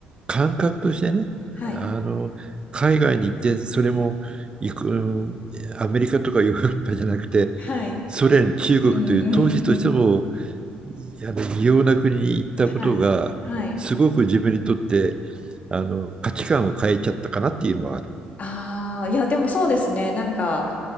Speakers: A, on the right; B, on the left.
A: 感覚としてね、
B: はい。
A: あの、海外に行ってそれも行く、うんアメリカとかヨーロッパじゃなくて、
B: はい。
A: ソ連、中国という当時としても
B: うんうんうん。
A: あの異様な国に行ったことが、
B: はい。はい。
A: すごく自分にとってあの価値観を変えちゃったかなっていうのはある。
B: ああ、いや、でもそうですね。なんか、